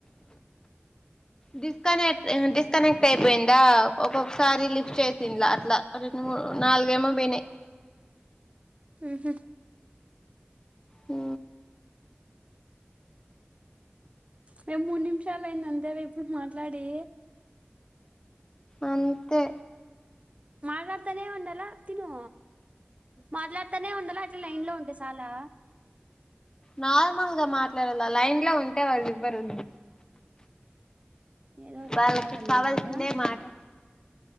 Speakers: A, on the left; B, on the right.
A: డిస్కనెక్ట్ ఇ డిస్కనెక్ట్ ఐపోయిందా ఒ ఒకొక్సారి లిఫ్ట్ చేసింలా అట్లా రెండు మూడ్ నాల్గేమో బొయ్నాయ్
B: ఉహు
A: ఉ
B: మేమ్ మూడ్ నిమ్షాల్ ఐందంతేవె ఇప్పుడ్ మాట్లాడి
A: అంతే
B: మాట్లాడ్తనేే ఉండలా తిను మాట్లాడ్తానే ఉండాల ఇట్లా లైన్ లో ఉంటే సాలా
A: నార్మల్గా మాట్లాడాల లైన్ లో ఉంటే వాళ్ళివ్వరు
B: ఏదో ఒకటి
A: వాళ్ళక్కి
B: మాట్లాడాల
A: కావాల్సిందే
B: కదా
A: మాట